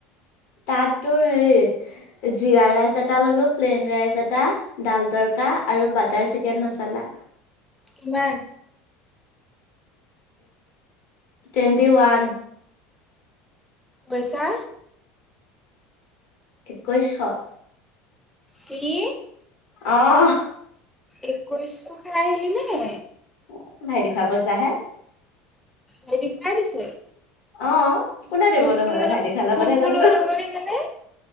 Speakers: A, on the left; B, in the centre.
A: তাত তো হেৰি জিৰা ৰাইচ এটা ললো প্লেইন ৰাইচ এটা ডাল তৰকা আৰু বাটাৰ চিকেন মচালা
B: কিমান
A: টুৱেণ্টি ওৱান
B: পইচা
A: একৈছ শ
B: কি
A: অহ
B: একৈশ খাই আহিলি নে
A: অ ভাইটি খোৱা পইচা হে
B: হেতি খাই দিছে
A: অ কোনে দিব
B: মোকো
A: নহলে
B: লৈ
A: ভাইটি
B: ল
A: খালৰ
B: মোকো
A: কথা কৈছো
B: লৈ ল'বলৈ গ'লে